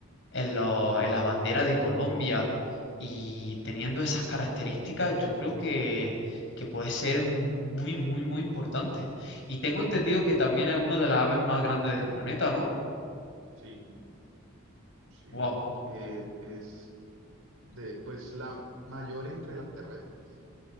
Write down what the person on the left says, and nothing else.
en lo en la bandera de Colombia. Y teniendo esas características, yo creo que, que puede ser muy, muy, muy importante. Y tengo entendido que también es una de las aves más grandes del planeta, ¿no?
Wow.